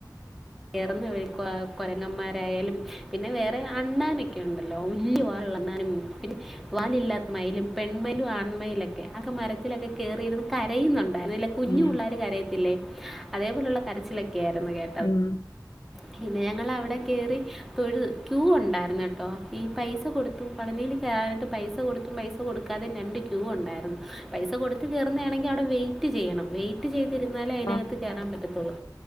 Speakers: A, in the centre; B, on the left (about 50°).
A: കേറ്ന്ന വഴിക്ക് കോ കൊരങ്ങന്മാരായാലും പിന്നെ വേറെ അണ്ണാനൊക്കെ ഉണ്ടല്ലോ വല്ല്യ വാലുള്ള അണ്ണാനും പിന്നെ വാലില്ലാത്ത മയിലും, പെൺമയിലും, ആൺമയിലൊക്കെ അക്കെ മര ത്തിലൊക്കെ കേറിയിര്ന്ന് കരയുന്നുണ്ടായിരുന്നു കുഞ്ഞു
B: ഉം
A: പുള്ളാര് കരയത്തില്ലേ അതേ പോലുള്ള കരച്ചിലൊക്കെ ആയിരുന്നു കേ
B: ഉം
A: പിന്നെ ഞങ്ങളവിടെ കേറി തൊഴു ക്യൂ ഉണ്ടായിരുന്ന് കേട്ടോ ഈ പൈസ കൊടുത്തും പളനില് കേറാനായിട്ട് പൈസ കൊടുത്തും പൈസ പൈസ കൊടുക്കാതെ രണ്ട് ക്യൂ ഉണ്ടായിരുന്നു പൈസ കൊടുത്ത് കേറുന്നതാണെങ്കി അവിടെ വെയി റ്റ് ചെയ്യണം വൈറ്റ് ചെയ്തിരുന്നാലേ
B: ആഹ്
A: അയ്നകത്ത് കേറാൻ പറ്റത്തോള്ളൂ